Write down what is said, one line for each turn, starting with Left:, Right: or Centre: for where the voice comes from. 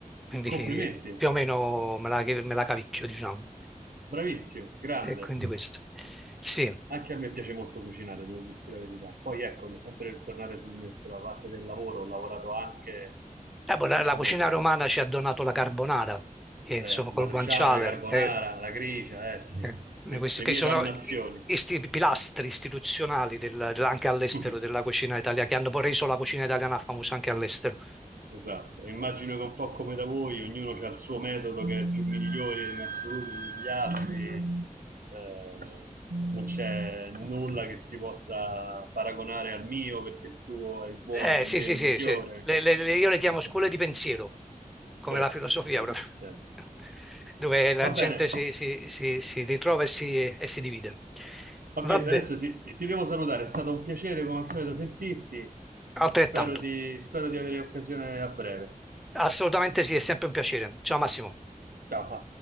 Centre: Quindi
Right: complimenti,
Centre: eh, più o meno me la, me la cavicchio, diciamo.
Right: bravissimo, grande.
Centre: E quindi questo. Sì.
Right: Anche a me piace molto cucinare, devo dirti la verità. Poi ecco, sempre per tornare sul me- sulla parte del lavoro, ho lavorato anche,
Centre: Eh, boh, la,
Right: diciamo,
Centre: la cucina romana ci ha donato la carbonara, che
Right: eh,
Centre: insomma col
Right: matriciana,
Centre: guanciale.
Right: carbonara,
Centre: eh,
Right: la grigia, eh sì,
Centre: Eh,
Right: sì, le,
Centre: Questi
Right: le
Centre: che
Right: mie
Centre: sono
Right: dannazioni.
Centre: i isti- pilastri istituzionali del- del- anche all'estero
Right: <laughs>
Centre: della cucina italiana, che hanno poi reso la cucina italiana famosa anche all'estero.
Right: Esatto, immagino che un po' come da voi, ognuno ha il suo metodo che è il più migliore in assoluto degli altri, eh, non c'è nulla che si possa paragonare al mio perché il tuo è buono
Centre: Eh,
Right: ma
Centre: sì,
Right: il mio
Centre: sì,
Right: è migliore.
Centre: sì, sì. Le- le- le- io le chiamo
Right: <laughs>
Centre: scuole di pensiero, come
Right: Certo,
Centre: la filosofia
Right: certo,
Centre: proprio,
Right: certo.
Centre: <laughs> dove la
Right: Va
Centre: gente
Right: bene.
Centre: si, si- si- si ritrova e si, e si divide.
Right: Fabietta,
Centre: Va bene,
Right: adesso ti, ti- ti devo salutare, è stato un piacere come al solito sentirti,
Centre: altrettanto.
Right: spero di, spero di avere occasione a breve.
Centre: Assolutamente sì, è sempre un piacere. Ciao Massimo.
Right: Ciao. Fa.